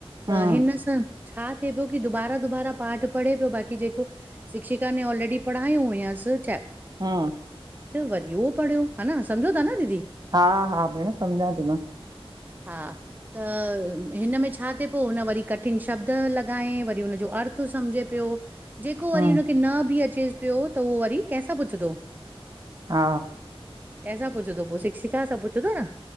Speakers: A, on the right; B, on the right.
A: त
B: हम्म
A: हिन सां छा थी पियो त बार बार पाठ पढ़े पियो बाक़ी जेको मास्तर ऑलरेडी पढ़ायो हुयसि।
B: हम्म
A: वरी उहो पढ़ियो हा न सम्झो था न दीदी
B: हा हा भेण सम्झां थी मां
A: हा त हिन में छा थिए हुन वरी कठिन शब्द हुनजो अर्थ समझे पियो जेको
B: हम्म
A: हुन खे वरी बि अचे पियो पियो त उहो वरी कंहिंखां पुछंदो
B: हा
A: कंहिंखां पुछंदो पोइ शिक्षिका पुछंधो न